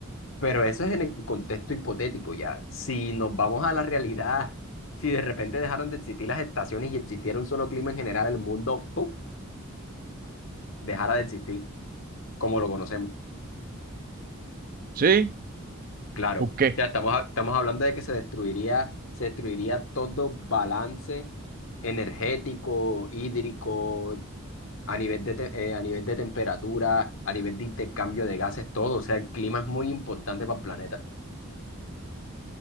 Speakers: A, on the left; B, on the right.
A: pero eso es en el contexto hipotético ya. Si nos vamos a la realidad, si de repente dejaron de existir las estaciones y existiera un solo clima en general, el mundo, ¡pum!, dejara de existir como lo conocemos.
B: ¿Sí?
A: Claro,
B: ¿O qué?
A: ya estamos, ha- estamos hablando de que se destruiría, se destruiría todo balance energético, hídrico, a nivel de, te- eh, a nivel de temperatura, a nivel de intercambio de gases, todo. O sea, el clima es muy importante para el planeta.